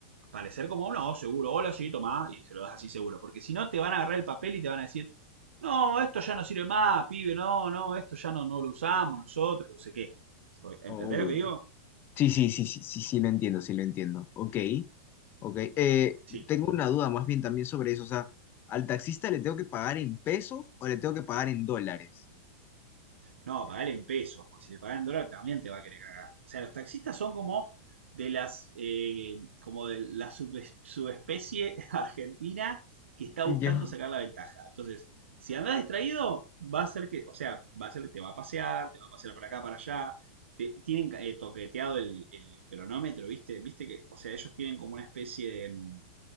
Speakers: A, on the right; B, on the left.
A: parecer como, no, seguro, hola, sí, tomá, y se lo das así seguro, porque si no, te van a agarrar el papel y te van a decir, no, esto ya no sirve más, pibe, no, no, esto ya no, no lo usamos nosotros, no sé qué. ¿Entendés
B: Oh.
A: lo que digo?
B: Sí, sí, sí, sí, sí, sí, lo entiendo, sí, lo entiendo. Ok, ok. Eh,
A: Sí.
B: tengo una duda más bien también sobre eso. O sea, ¿al taxista le tengo que pagar en pesos o le tengo que pagar en dólares?
A: No, pagale en pesos, porque si le pagas en dólar también te va a querer cagar. O sea, los taxistas son como de las, eh, como de la subes- subespecie <laughs> argentina que está
B: Ya,
A: buscando sacar la ventaja. Entonces, si andás distraído, va a ser que, o sea, va a ser que te va a pasear, te va a pasear para acá, para allá. Te- tienen eh, toqueteado el, el cronómetro, ¿viste? ¿Viste que, o sea, ellos tienen como una especie de, mm,